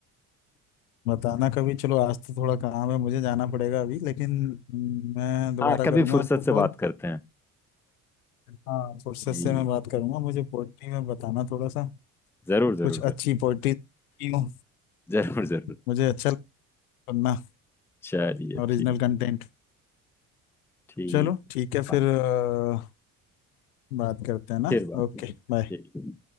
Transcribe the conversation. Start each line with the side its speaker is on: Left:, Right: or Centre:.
Left: बताना कभी चलो आज तो थोड़ा काम है मुझे जाना पड़ेगा अभी लेकिन मैं दोबारा
Centre: हाँ कभी
Left: करूंगा
Centre: फुर्सत
Left: आपको
Centre: से
Left: कॉल
Centre: बात करते हैं
Left: हाँ फुर्सत
Centre: कि
Left: से मैं बात करूंगा मुझे पोइट्री में बताना थोड़ा सा
Centre: जरूर जरूर
Left: कुछ
Centre: जरूर
Left: अच्छी पोइट्री क्यों
Centre: जरूर जरूर
Left: मुझे अच्छा लगता है पढ़ना
Centre: चलिए
Left: ओरिजिनल
Centre: ठीक
Left: कंटेंट
Centre: ठीक
Left: चलो ठीक है
Centre: बात
Left: फिर अ, बात करते हैं ना
Centre: फिर बात
Left: Okay bye
Centre: ठीक